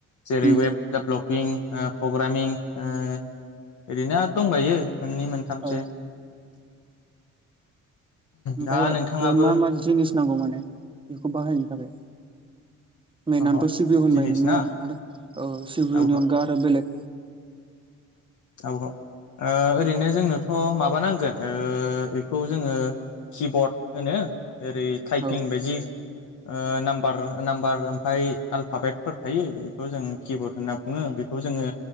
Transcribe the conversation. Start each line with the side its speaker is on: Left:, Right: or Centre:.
Left: जेरै
Right: उम
Left: वेब डेभ्लपिं ओ प्रग्रामिं ओ ओरैनो आरो दंबायो मोननै मोनथामसो।
Right: औ ओमफ्राय
Left: दा
Right: बेयाव
Left: नोंथाङाबो
Right: मा मा जिनिस नांगौ माने बेखौ बाहायनो थाखाय? मेनानोथ'
Left: अह
Right: सि बि इउ होनबाय
Left: जिनिस
Right: नोङो
Left: ना
Right: आरो सि बि
Left: औ
Right: इउनि अनगा आरो बेलेग <inaudible>
Left: औ औ ओ ओरैनो जोंनोथ' माबा नांगोन ओ इखौ जोङो किबर्ड होनो ओरै टाइपिं
Right: औ
Left: बायदि ओ नाम्बार नाम्बार ओमफ्राय आल्फापेटफोर थायो बेखौ जों किबर्ड होननाङो बेखौ जोङो